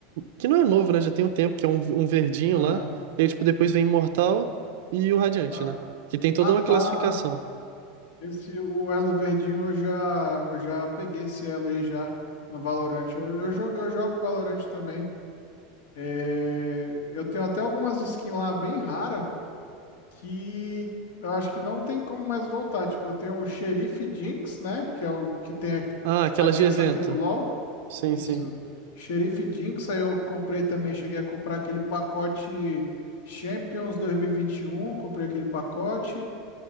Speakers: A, on the right; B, on the left.
A: que não é novo, né? Já tem um tempo, que é um, um verdinho
B: aham.
A: lá. E aí, tipo, depois vem imortal e o radiante,
B: Ah,
A: né? Que tem toda
B: ah,
A: uma classificação.
B: tá. Esse, o elo verdinho eu já, eu já peguei esse elo aí já no Valorant. Eu, eu jogo, eu jogo Valorant também. É, eu tenho até algumas skins lá bem rara que eu acho que não tem como mais voltar. Tipo, eu tenho o Xerife Jinx, né? Que é o que tem a,
A: Ah, aquelas
B: a Jinx
A: de evento.
B: aqui do LoL.
A: Sim,
B: Isso.
A: sim.
B: Xerife Jinx, aí eu comprei também, cheguei a comprar aquele pacote Champions dois mil e e vinte e um. comprei aquele pacote.